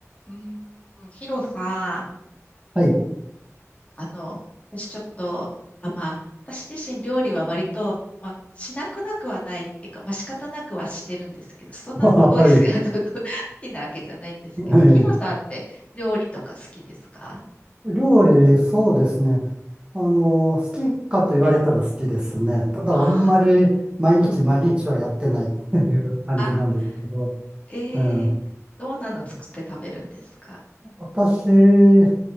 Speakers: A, on the left; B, on the right.
A: うん、うんヒロさん、
B: はい。
A: あの、私ちょっと、あ、まあ、私自身料理は割と、まあ、しなくなくはないっていうか、まあ、仕方なくはしてるんですけど、そんなすごい
B: <laughs> はい。
A: <laughs> あの好きなわけじゃないんですけど、
B: ええ
A: ヒロさんって料理とか好きですか
B: 料理、そうですね。
A: うん。
B: あの、好きかと言われたら好きですね。
A: うん。
B: ただ、
A: あ
B: あんまり毎日毎日はやってないっていう感じなんですけど、
A: ーうん。あ、え
B: うん、
A: ー、どんなの作って食べるんですか
B: 私